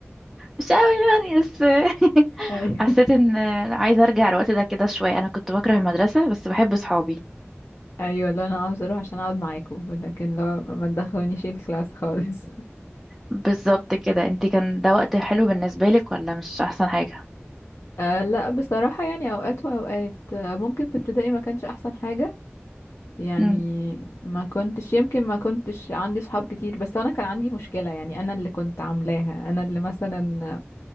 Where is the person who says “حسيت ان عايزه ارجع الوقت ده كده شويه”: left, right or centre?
Centre